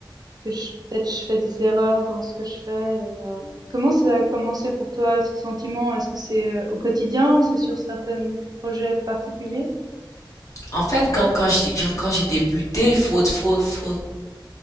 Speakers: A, on the right; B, on the left.
A: que je, peut-être je fais des erreurs dans ce que je fais. Et, euh, comment ça a commencé pour toi, ce sentiment? Est-ce que c'est euh, au quotidien ou c'est sur certains projets particuliers?
B: En fait, quand, quand j'ai, quand j'ai débuté, il faut, faut, faut,